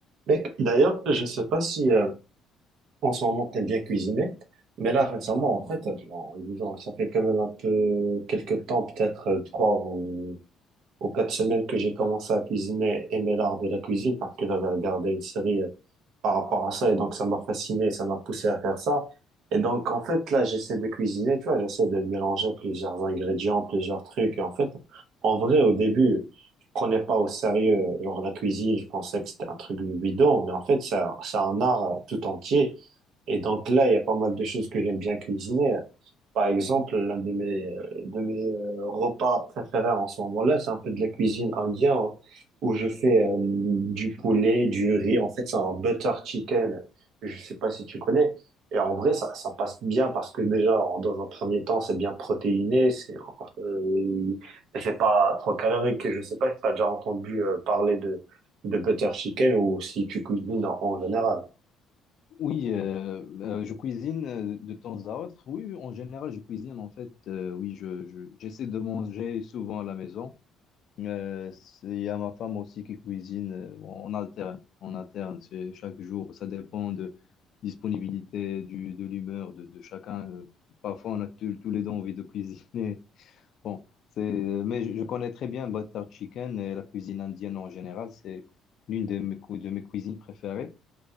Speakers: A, on the right; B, on the left.
A: Mais d'ailleurs, je ne sais pas si euh, en ce moment t'aimes bien cuisiner, mais là récemment, en fait, euh, bon, disons, ça fait quand même un peu quelques temps, peut-être euh, trois ou aux quatre semaines que j'ai commencé à cuisiner, aimer l'art de la cuisine parce que j'avais regardé une série euh, par rapport à ça et donc ça m'a fasciné, ça m'a poussé à faire ça. Et donc, en fait, là, j'essaie de cuisiner, tu vois, j'essaie de mélanger plusieurs ingrédients, plusieurs trucs. Et en fait, en vrai, au début, je prenais pas au sérieux, genre la cuisine, je pensais que c'était un truc de bidon, mais en fait, c'est un c'est un art euh, tout entier. Et donc là, il y a pas mal de choses que j'aime bien cuisiner. Par exemple, l'un de mes de mes euh, repas préférés en ce moment-là, c'est un peu de la cuisine indienne hein, où je fais euh, du poulet, du riz. En fait, c'est un butter chicken. Je sais pas si tu connais. Et en vrai, ça, ça passe bien parce que déjà, en- dans un premier temps, c'est bien protéiné. C'est euh, euh, c'est pas trop calorique. Je sais pas si tu as déjà entendu euh, parler de, de butter chicken ou si tu cuisines en, en général.
B: Oui, euh, euh, je cuisine euh, de temps à autre. Oui, oui, en général, je cuisine en fait. euh, oui, je, je- j'essaie de manger souvent à la maison. Euh, c'est- Il y a ma femme aussi qui cuisine. euh, bon, on alterne, on alterne. C'est chaque jour. Ça dépend de disponibilité, du, de l'humeur de, de chacun. Euh, Parfois, on a tous tous les deux envie de cuisiner. <laughs> Bon, c'est. Mais je, je connais très bien butter chicken et la cuisine indienne en général. C'est l'une de mes, cou- de mes cuisines préférées.